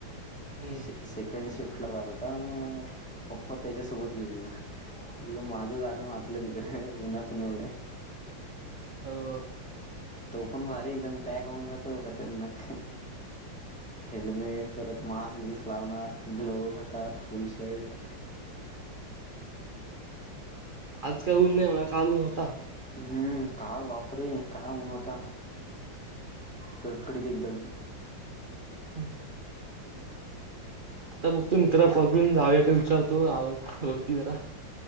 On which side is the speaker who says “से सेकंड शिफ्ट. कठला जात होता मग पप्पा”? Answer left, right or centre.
Centre